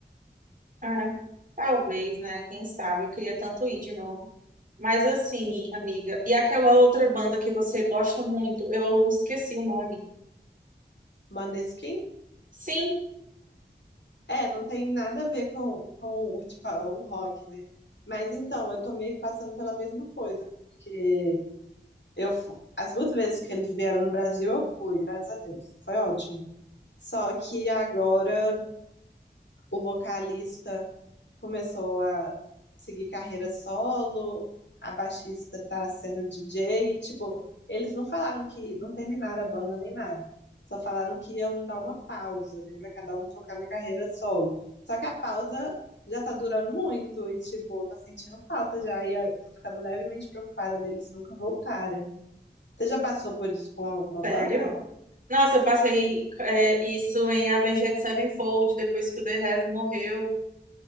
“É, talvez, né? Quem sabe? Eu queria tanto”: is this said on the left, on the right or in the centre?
Right